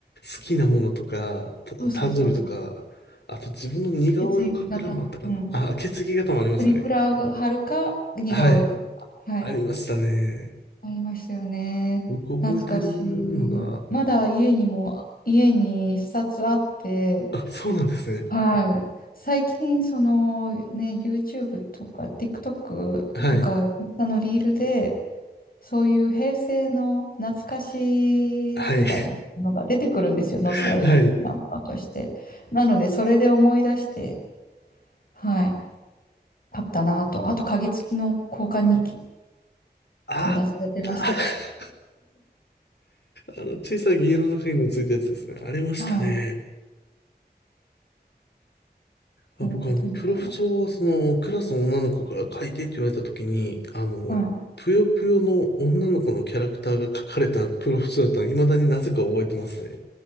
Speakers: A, on the left; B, on the left.
A: 好きなものとか、た誕生日とか、
B: そうそうそうそう。
A: あと自分の似顔絵を描く欄もあったかな。
B: 血液型。うん。
A: あ、血液型もありましたね。
B: プリクラを貼るか、似顔絵か。
A: はい。
B: はい。
A: ありましたね。
B: ありましたよね。
A: 僕覚えてるのが、
B: 懐かしい。まだ家にも、家に一冊あって、
A: あ、そうなんですね。
B: はい。最近、そのね、YouTube とか TikTok
A: はい。
B: とか、インスタのリールで、そういう平成の懐かしい世代のが出てくるんですよ。
A: はい。
B: ノスタルジーなものとして。
A: <laughs> はい。
B: なので、それで思い出して、はい。買ったなと。あと、鍵付きの交換日記、
A: あった。
B: 友達とやってました。
A: <laughs> あの、小さい銀色の鍵のついたやつですね。ありましたね。
B: はい。
A: あ、
B: もうと言ったら。
A: 僕、あの、プロフ帳は、その、クラスの女の子から書いてって言われた時に、あの、
B: はい
A: ぷよぷよの女の子のキャラクターが書かれたプロフ帳だったの、未だになぜか覚えてますね。